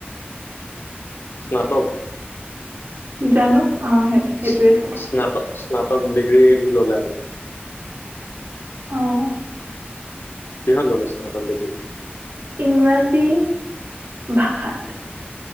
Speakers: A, on the left; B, on the right.
A: স্নাতক?
B: জানো? অ সেই সেইটোৱে
A: চ-স্নাত
B: চাই
A: স্নাত টক ডিগ্ৰী ল'লে আপুনি।
B: অ'।
A: কিহত ল'লে স্নাতক ডিগ্ৰী?
B: ইংৰাজী ভাষাত।